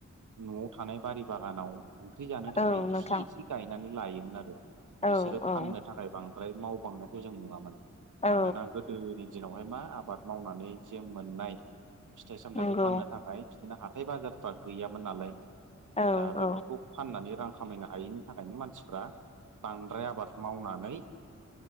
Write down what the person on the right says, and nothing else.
न'आव थानाय बारि बागानाव ओंख्रि जानो थाखाय
इसे इसे गायनानै लायोमोन आरो
बिसोरो
फाननो थाखाय बां द्राय मावबांनायखौ जों नुवामोन।
मानोना गोदोनि दिनावहाय मा आबाद मावनानै जे मोननाय फिथाइ सामथाइखौ
फाननो थाखाय बिदिनो हाथाय बाजारफ्रा गैयामोन नालाय
दा
बेफोरखौ फाननानै रां खामायनो हायैनि थाखायनो मानसिफ्रा बांद्राय आबाद मावनानै